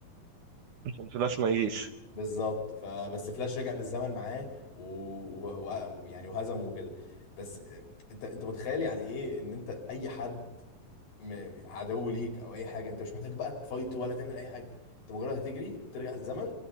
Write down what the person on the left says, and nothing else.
بالظبط فبس فلاش رجع بالزمن معاه ويعني و... و... و- ويعني وهزمه وكده بس آه، انت انت متخيل يعني ايه ان انت اي حد م- عدو ليك او اي حاجه انت مش محتاج بقى تفايت ولا تعمل اي حاجه انت مجرد هتجري ترجع الزمن